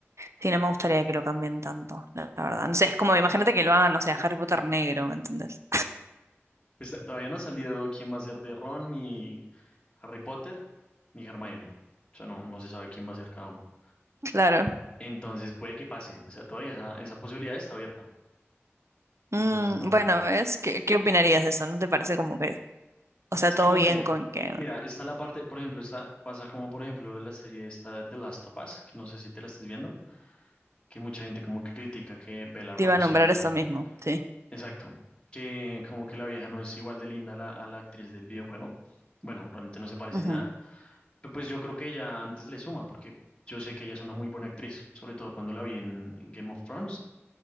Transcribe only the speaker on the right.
sí, no me gustaría que lo cambien tanto, la la verdad. No sé, es como, imagínate que lo hagan, no sé, a Harry Potter negro, ¿me entendés?
<laughs> Claro.
Mm,
bueno, ¿ves? ¿Qué, qué opinarías de eso? ¿No te parece como que, o sea,
todo
bien
con que
te
iba a nombrar eso mismo? Sí.
Ujú.